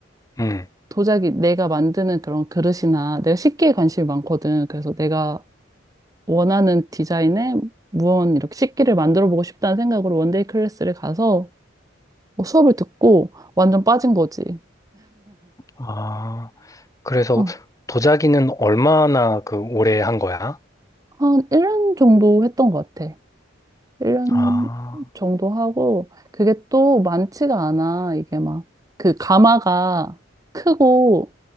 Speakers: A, on the left; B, on the right.
A: 음.
B: 도자기 내가 만드는 그런 그릇이나 내가 식기에 관심이 많거든. 그래서 내가 원하는 디자인의 무언 이렇게 식기를 만들어 보고 싶다는 생각으로 원데이 클래스를 가서 뭐 수업을 듣고 완전 빠진 거지.
A: 아, 그래서
B: 어,
A: 도자기는 얼마나 그 오래 한 거야?
B: 한 1년 정도 했던 것 같아. 1년
A: 아,
B: 정도 하고, 그게 또 많지가 않아. 이게 막, 그 가마가 크고,